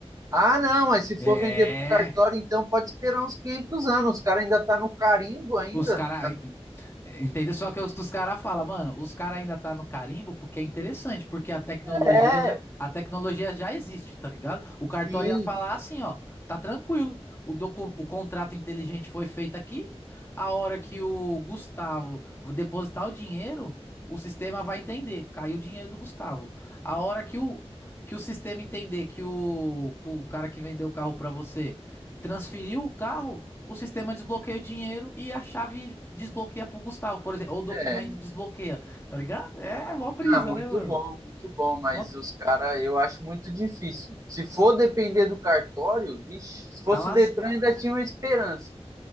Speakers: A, on the right; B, on the left.
A: Ah, não, mas se
B: É.
A: for vender pro cartório, então pode esperar uns 500 anos. Os caras ainda tá no carimbo ainda.
B: Os caras. Entendeu? Só que os, os caras falam, mano, os caras ainda tá no carimbo porque é interessante, porque a tecnologia
A: É,
B: já, a tecnologia já existe, tá ligado? O cartório
A: sim.
B: ia falar assim, ó, tá tranquilo. O, docu, o contrato inteligente foi feito aqui. A hora que o Gustavo depositar o dinheiro, o sistema vai entender. Caiu o dinheiro do Gustavo. A hora que o, que o sistema entender que o, que o cara que vendeu o carro pra você transferiu o carro, o sistema desbloqueia o dinheiro e a chave desbloqueia pro Gustavo, por exemplo, ou o documento
A: É,
B: desbloqueia, tá ligado? É, mó brisa,
A: Ah, muito
B: né, mano?
A: bom, muito bom, mas
B: Mó-
A: os caras eu acho muito difícil. Se for depender do cartório, vixe, se fosse
B: Tá lá
A: o Detran ainda tinha uma esperança.